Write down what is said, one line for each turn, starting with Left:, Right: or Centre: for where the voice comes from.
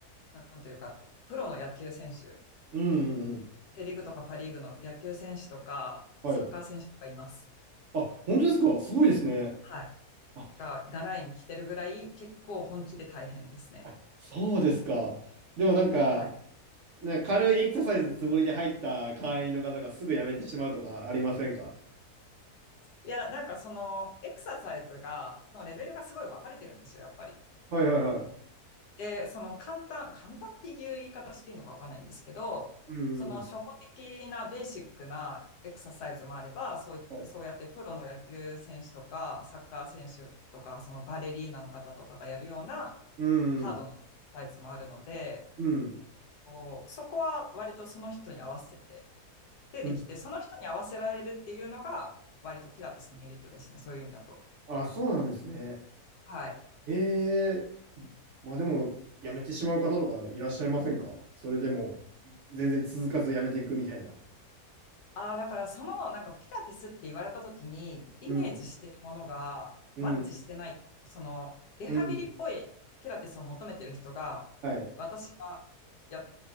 Left: なんというか、プロの野球選手、
Right: うんうんうん。
Left: セリーグとかパリーグの野球選手とか、
Right: はい。
Left: サッカー選手とかいます。
Right: あ、本当ですかすごいですね。
Left: はい。
Right: あ、
Left: が、習いに来てるぐらい、結構本気で大変ですね。
Right: あそうですか。でもなんか、
Left: はい。
Right: なんか軽いエクササイズつもりで入った会員の方がすぐ辞めてしまうとかありませんか
Left: いや、なんかそのエクササイズが、のレベルがすごい分かれてるんですよ、やっぱり。
Right: はいはいはい。
Left: で、その簡単、簡単っていう言い方していいのか分かんないんですけど、
Right: うん。
Left: その初歩的なベーシックなエクササイズもあれば、
Right: は
Left: そうい、
Right: い
Left: そうやってプロの野球選手とか、サッカー選手とか、そのバレリーナの方とかがやるような
Right: うん。
Left: ハードなエクササイズもあるので、
Right: うん。
Left: こう、そこは割とその人に合わせて、で、できて、
Right: うん。
Left: その人に合わせられるっていうのが、割とピラティスのメリットですね、そういう意味だと。
Right: あ、そうなんですね。
Left: はい。
Right: ええ。まあでも、辞めてしまう方とかいらっしゃいませんかそれでも、全然続かず辞めていくみたいな。
Left: ああ、だからその、なんかピラティスって言われた時に、イメージしてるものがマッチしてないと、
Right: うん。うん。
Left: その、リハビリっぽいピラティスを求めてる人が、
Right: うん。はい。
Left: 私が、や、